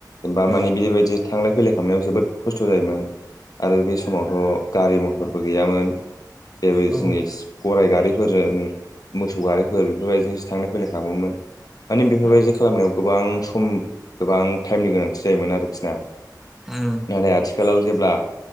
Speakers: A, on the left (about 60°); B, in the centre.
A: बा
B: औ
A: मानि बेबायदि थांलाय फैलाय खालामनायाव जोबोद खस्थ' जायोमोन। आरो बे समावथ' गारि मथरबो गैयामोन। जेबो
B: औ
A: जिनिस गराइ गारिफोरजों मोसौ गारि फोर बेफोरबायदिजोंसो थांलाय फैलाय खालामोमोन माने बेफोरबायदि
B: औ औ
A: खालामनायाव गोबां सम गोबां टाइमनि गोनांथि जायोमोन आरोखि ना।
B: उम
A: नाथाय आथिखालाव जेब्ला